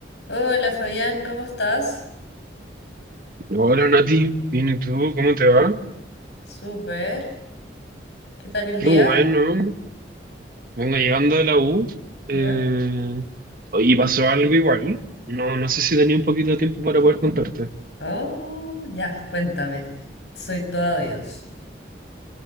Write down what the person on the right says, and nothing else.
Hola Nati, bien, ¿y tú? ¿Cómo te va?
Qué
bueno, vengo llegando de la U. Eh,
oye, pasó algo igual. No, no sé si tenía un poquito de tiempo para poder contarte.